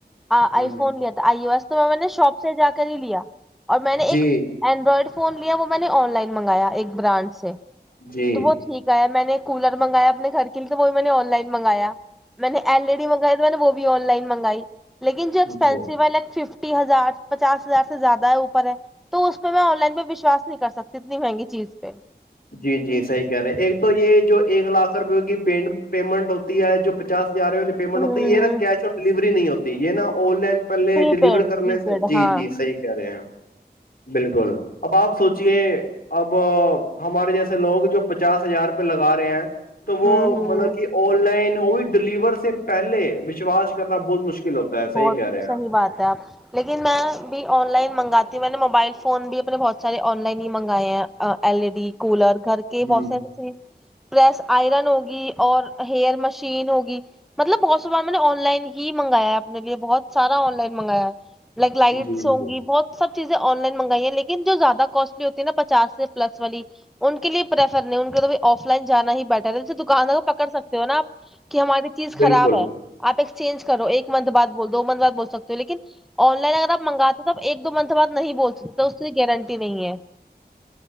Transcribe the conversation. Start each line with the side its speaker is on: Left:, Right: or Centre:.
Centre: آ آئی
Left: ہ
Centre: فون لیا تھا آئی بس تو میں میں نے شاپ سے جا کر ہی لیا اور میں نے
Left: جی
Centre: ایک اینڈرائڈ فون فون لیا <unintelligible> میں نے آن لائن منگا ایک برانڈ سے
Left: جی
Centre: تو وہ ٹھیک ہے ہے میں نے کولر منگایا اپنے گھر کے لیے تو وہ میں نے آن لائن منگایا میں نے ایل ای ڈی مگائی تو میں نے بھی آن لائن منگائی لیکن جو
Left: جی
Centre: ایکسپینسو ہے لائ ففٹی ہزار پچاس ہزار سے زیادہ ہے اوپر ہے تو اس پہ میں آن لائن پہ وشواس نہیں کر سکتی اتنی مہنگی چیز پہ
Left: جی جی صحیح کہہ رہے ایک تو یہ جو ایک لاکھ روپے کی پیمنٹ ہوتی ہے جو پچاس یار وال پیمنٹ
Centre: ہ ہ
Left: ہوتی ہے یہا کیش آن ڈلیوری نہیں ہوتی تو یہ نا آن لائن پہلے
Centre: پری
Left: ڈیلیور
Centre: پیڈ
Left: کرنے
Centre: پری پیڈ
Left: سے جی
Centre: ہاں
Left: جی صحیح کہہ رہے ہیں بالکل اب آپ سوچیے اب <unintelligible> ہمارے جیسے لوگ جو پچاس ہزار روپ لگا رہے ہیں تو وہ
Centre: ہوں ہوں
Left: مطلب کہ آن لائن <unintelligible> ہوئی ڈیلیور سے پہلے وشواس کرنا بہت مشکل ہوتا ہے صحیح
Centre: بہت
Left: کہہ رہے ہیں
Centre: صحیح بات ہے آپ لیکن میں بھی آن لائن منگاتی میں نے موبائل فون بھی اپنے بہت سارے آن لائن ہی مگائے ہیں ایل ای ڈی کولر گھر کے
Left: ہ
Centre: بہت سارےے پریس آئرن ہوگی اور ہیئر مشین ہوگی مطلب بہت س بار میں نے آن لائن ہی منگایا اپ لیے بہت سارا آن لائن منگایا ہے لائک لائٹس
Left: جی جی
Centre: ہوں گی بہت س چیزیں آن لائن منگائی ہیں لیکن جو زیادہ کوسٹلی ہوتی ہے نا پچا سے پلس والی ان کے لیے پریفر نہیں ان کو تو آف لائن جانا ہی بیٹر ہے دکان کو پکڑ سکتے ہو نا آپ کہ ہماری چیز
Left: بالکل
Centre: خراب ہے آپ ایکسچینج کرو ایک مند بات بول دو منت بات بول سکتے ہو لیکن آن لائن اگر آپ منگاتے تو آ ایک دو منتھ بعد نہیں بول سکتے تو اس کی گارنٹی نہیں ہے